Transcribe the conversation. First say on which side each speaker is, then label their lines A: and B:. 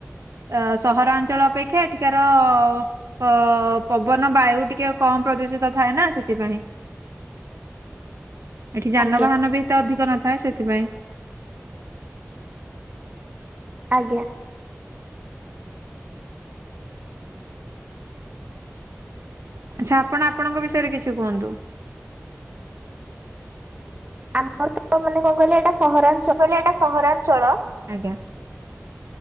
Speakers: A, on the right; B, on the right.
A: ଅ ସହରାଞ୍ଚଳ ଅପେକ୍ଷା ଏଠିକାର ଅ ପବନ ବାୟୁ ଟିକେ କମ ପ୍ରଦୂଷିତ ଥାଏ ନା ସେଥିପାଇଁ। ଏଠି ଯାନବାହାନ
B: ଆଜ୍ଞା
A: ବି ଏତେ ଅଧିକ ନଥାଏ ସେଥିପାଇଁ।
B: ଆଜ୍ଞା
A: ଆଚ୍ଛା ଆପଣ ଆପଣଙ୍କ ବିଷୟରେ କିଛି କୁହନ୍ତୁ।
B: ଆମର ତ ମାନେ କଣ କହିଲ ଏଇଟା ସହରା
A: କହିଲେ ଏଇଟା ସହରାଞ୍ଚଳ। ଆଜ୍ଞା